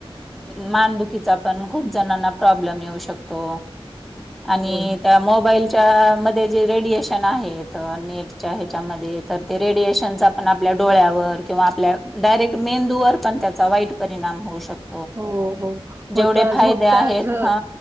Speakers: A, in the centre; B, on the right.
A: मानदुखीचा पण खूप जणांना प्रॉब्लेम येऊ शकतो. आणि
B: बोल
A: त्या मोबाईल च्या मध्ये जे रेडिएशन आहेत, नेटच्या ह्याच्यामध्ये तर ते रेडिएशन आपण आपल्या डोळ्यावर किंवा आपल्या डायरेक्ट मेंदू वर पण त्याचा वाईट परिणाम होऊ शकतो.
B: हो, हो होतो,
A: जेवढे फायदे
B: झोपता
A: आहेत
B: झ
A: हा